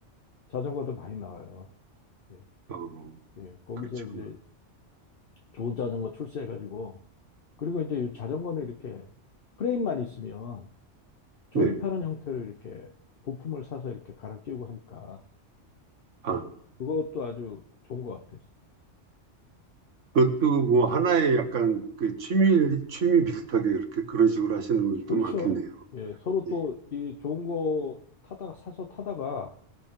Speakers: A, on the left; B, on the right.
A: 자전거들 많이 나와요. 예.
B: 어,
A: 예. 거기서
B: 그러시구나.
A: 이제 좋은 자전거 출시해가지고, 그리고 이제 이 자전거는 이렇게 프레임만 있으면 조립하는
B: 네.
A: 형태로 이렇게 부품을 사서 이렇게 갈아 끼우고 하니까,
B: 아,
A: 그것도 아주 좋은 것 같아요.
B: 그것도 뭐 하나의 약간 그 취미, 취미 비슷하게 이렇게 그런 식으로 하시는 분들도
A: 그렇죠.
B: 많겠네요.
A: 예, 서로 또
B: 예.
A: 이 좋은 거 타다가 사서 타다가